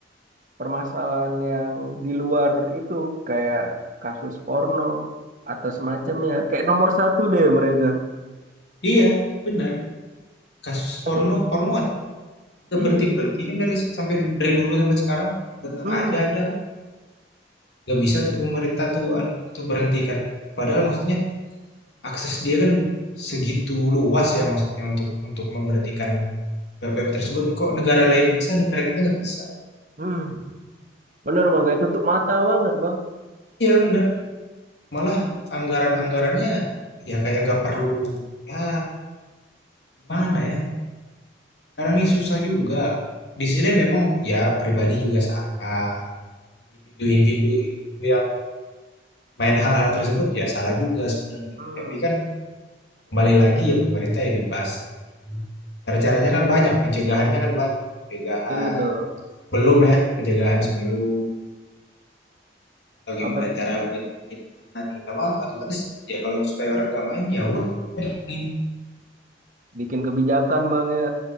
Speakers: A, on the right; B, on the left.
A: permasalahan yang di luar itu kayak kasus porno atau semacamnya, kayak nomor satu deh mereka.
B: Iya, benar. Kasus
A: Tapi
B: porno, porno aja. Nggak
A: iya,
B: berhenti-berhenti kan dari sampai dari dulu sampai sekarang tetap
A: hmm,
B: aja ada. Nggak bisa tuh pemerintah tuh itu berhentikannya. Padahal maksudnya akses dia kan segitu luas ya maksudnya untuk untuk memberhentikan web-web tersebut. Kok negara lain bisa, negara kita nggak bisa?
A: hmm, bener bang. Kayak tutup mata banget bang.
B: Iya benar. Malah anggaran-anggarannya ya kayak nggak perlu ya gimana ya karena ini susah juga di sini memang ya pribadi juga salah individu-individu individu yang main hal-hal tersebut ya salah juga sebenarnya
A: Hmm,
B: tapi kan kembali lagi ya pemerintah edukasi cara-caranya kan banyak pencegahannya kan banyak pencegahan
A: itu
B: belum ya pencegahan sebelum atau gimana
A: apa?
B: cara berhentinya terutama otomatis ya kalau supaya orang nggak main ya udah bikin
A: Bikin kebijakan bang ya.